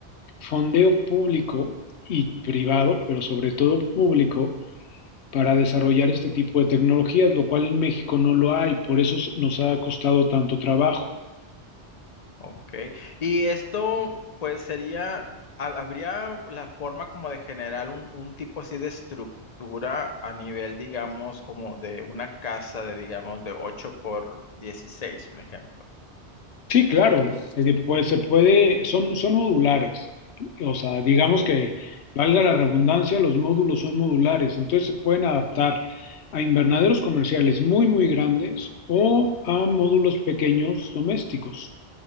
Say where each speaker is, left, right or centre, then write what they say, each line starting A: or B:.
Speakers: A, on the left (about 70°); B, on the left (about 40°).
A: fondeo público y privado, pero sobre todo público, para desarrollar este tipo de tecnologías, lo cual en México no lo hay, por eso nos ha costado tanto trabajo.
B: Ok, y esto pues sería, ha- habría la forma como de generar un, un tipo así de estructura a nivel, digamos, como de una casa de, digamos, de 8 por 16, un ejemplo.
A: Sí, claro, es que, pues se puede, son, son modulares, o sea, digamos que valga la redundancia, los módulos son modulares, entonces se pueden adaptar a invernaderos comerciales muy, muy grandes o a módulos pequeños domésticos.